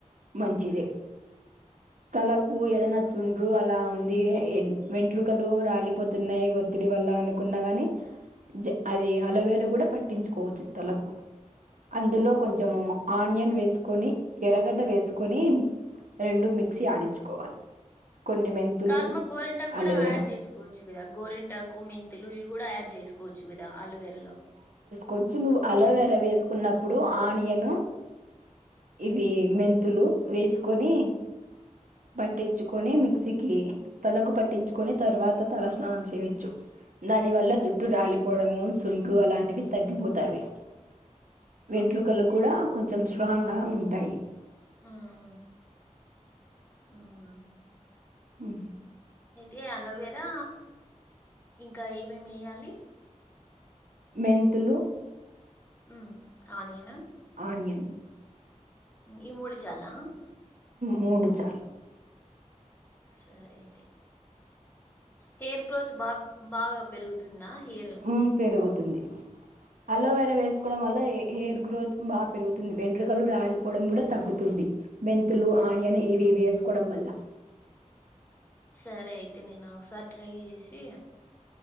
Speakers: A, on the right; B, on the left.
A: మంచిదే తల ఊ ఏదన్నా
B: ఆహా
A: చుండ్రు అలా ఉంది ఇది వెంట్రుకలు రాలిపోతున్నాయి ఒత్తిడి వల్ల అనుకున్నా గాని అది అలవేలు కూడా పట్టించుకోవచ్చు తలకు అందులో కొంచెము ఆనియన్ వేసుకొని ఎరగడ్డ వేసుకొని రెండు మిక్సీ ఆడించుకోవాలి. కొన్ని మెంతులు
B: కాదు మా గోరింటాకు కూడా
A: అలోవేరా
B: యాడ్ చేసుకోవచ్చు కదా గోరింటాకు మెంతులు ఇవి కూడా యాడ్ చేసుకోవచ్చు కాదా అలోవేర లో
A: కొచ్చు నువ్వు అలోవేరా వేసుకున్నప్పుడు ఆనియన్ ఇవి మెంతులు వేసుకొని పట్టించుకొని మిక్సీకి తలకు పట్టించుకొని తర్వాత తల స్నానం చేయొచ్చు దానివల్ల జుట్టు రాలిపోవడము సుండ్రు అలాంటివి తగ్గిపోతాయి వెంట్రుకలు
B: ఆహా
A: కూడా కొంచెం స్ట్రాంగ్ గా ఉంటాయి
B: ఉమ్ అవునా
A: ఉ
B: అయితే అలోవేరా ఇంకా ఏమేమి వేయాలి
A: మెంతులు
B: ఉ ఆనియనా
A: ఆనియన్
B: ఈ మూడు చాలా
A: మూడు చాలు
B: సరే అయితే హెయిర్ గ్రోత్ బా బాగా పెరుగుతుందా హెయిర్
A: ఉ పేరుగు తుంది అలవేర వేస్కోడం వల్ల హెయిర్ గ్రోత్ బాగా పెరుగుతుంది వెంట్రుకలు రాలిపోవడం కూడా తగ్గుతుంది మెంతులు ఆనియన్ ఇవి
B: అవును
A: వేసుకోవడం వల్ల
B: సరే అయితే నేను ఒకసారి ట్రై చేసి